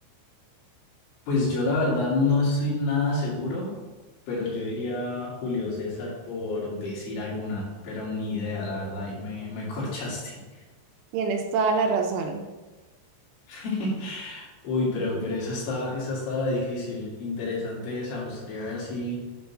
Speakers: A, on the left; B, on the right.
A: Pues yo la verdad no estoy nada seguro, pero yo diría Julio César por decir alguna, pero ni idea, la verdad, y me, me corchaste.
B: Tienes toda la razón.
A: <laughs> Uy, pero, pero esa está, esa estaba difícil, interesante esa, me gustaría ver si,